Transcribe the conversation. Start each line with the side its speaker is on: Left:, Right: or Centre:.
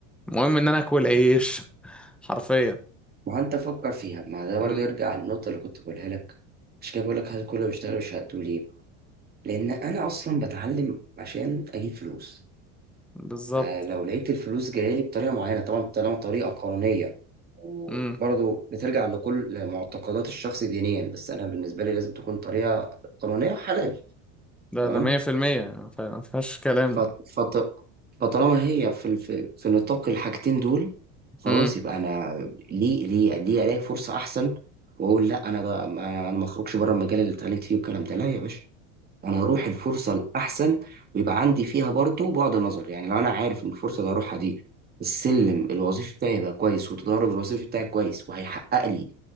Centre: المهم ان انا اكل عيش حرفيا
Right: وانت فكر فيها ما ده برضه
Centre: امم
Right: يرجع للنقطه اللي كنت بقولها لك مش كده بقول لك هل كله بيشتغل بشهادته ليه لان انا اصلا بتعلم عشان اجيب فلوس
Centre: بالظبط
Right: فلو لقيت الفلوس جايه لي بطريقه معينه طبعا طالما طريقه قانونيه وبرضه
Centre: امم
Right: بترجع لكل معتقدات الشخص دينيا بس انا بالنسبه لي لازم تكون طريقه قانونيه وحلال
Centre: ده
Right: تمام
Centre: ده 100% ما ف- ما فيهاش كلام
Right: فط- فط- فطالما هي في في في نطاق الحاجتين دول خلاص
Centre: امم
Right: يبقى انا ليه ليه ليه الاقي فرصه احسن واقول لا انا بقى انا أنا ما اخرجش بره المجال اللي اتعلمت فيه والكلام ده لا يا باشا انا هروح الفرصه الاحسن ويبقى عندي فيها برضه بعد نظر يعني لو انا عارف ان الفرصه اللي هروحها دي السلم الوظيفي بتاعي يبقى كويس والتدرج الوظيفي بتاعي كويس وهيحقق لي